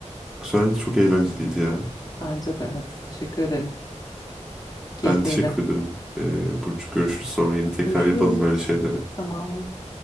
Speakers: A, in the centre; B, on the left.
A: Güzeldi, çok eğlenceliydi ya.
B: Bence de evet. Teşekkür ederim. Keyifliydi.
A: Ben teşekkür ederim. Ee, Burcu görüşürüz sonra yine tekrar
B: Görüşürüz.
A: yapalım böyle şeyleri.
B: Tamam.